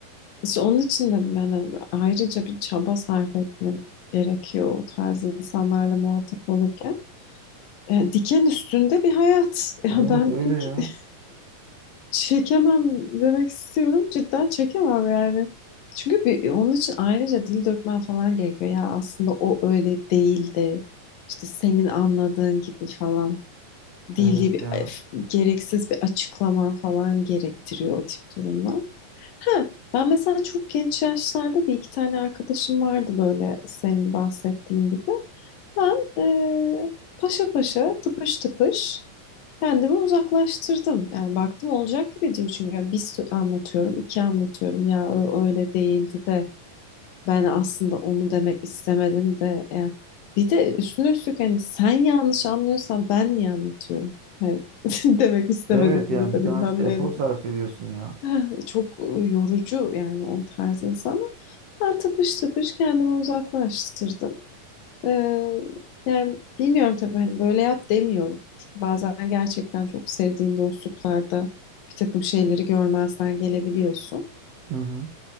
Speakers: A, on the left; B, on the right.
A: İşte onun için dedim yani ayrıca bir çaba sarf etme gerekiyor o tarz insanlarla muhatap olurken. e, diken üstünde bir hayat. Ya
B: Evet
A: ben
B: öyle
A: pek
B: ya.
A: <laughs> çekemem demek istiyorum. Cidden çekemem yani. Çünkü bir, onun için ayrıca dil dökmen falan gerekiyor. Ya aslında o öyle değildi. İşte senin anladığın gibi falan değil
B: Evet
A: bir
B: ya.
A: gereksiz bir açıklama falan gerektiriyor o tip durumlar. Ha, ben mesela çok genç yaşlarda bir iki tane arkadaşım vardı böyle senin bahsettiğin gibi. Ben e, paşa paşa tıpış tıpış Kendimi uzaklaştırdım. Yani baktım olacak gibi değil. Çünkü ya bir sö- anlatıyorum, iki anlatıyorum. Ya ö- öyle değildi de ben aslında onu demek istemedim de. Yani bir de üstüne üstlük hani sen yanlış anlıyorsan ben niye anlatıyorum? Hani <laughs> demek istemedim
B: Evet
A: de
B: yani
A: de
B: bir daha
A: bilmem
B: işte efor
A: neydi
B: sarf
A: de.
B: ediyorsun ya.
A: Ah, e, Çok e, yorucu yani o tarz insanlar. Ben tıpış tıpış kendimi uzaklaştırdım. Ee, yani bilmiyorum tabii hani böyle yap demiyorum. Çünkü bazen gerçekten çok sevdiğin dostluklarda bir takım şeyleri görmezden gelebiliyorsun.
B: Hı hı.